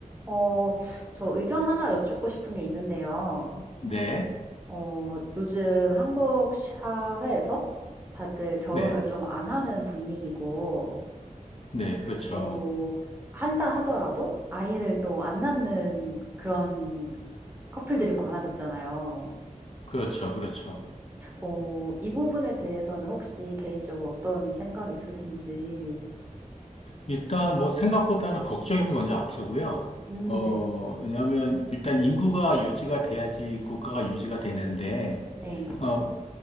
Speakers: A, on the right; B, on the left.
A: 어, 저 의견 하나 여쭙고 싶은 게 있는데요.
B: 네,
A: 어, 요즘 한국 사회에서 다들 결혼을
B: 네,
A: 좀 안 하는 분위기고,
B: 네, 그렇죠.
A: 그리고 한다 하더라도 아이를 또 안 낳는 그런 커플들이 많아졌잖아요.
B: 그렇죠, 그렇죠.
A: 어, 이 부분에 대해서는 혹시 개인적으로 어떤 생각이 있으신지?
B: 일단 뭐 생각보다는 걱정이 먼저 앞서고요.
A: 음,
B: 어,
A: 네.
B: 왜냐하면 일단 인구가 유지가 돼야지 국가가 유지가 되는데,
A: 네.
B: 어,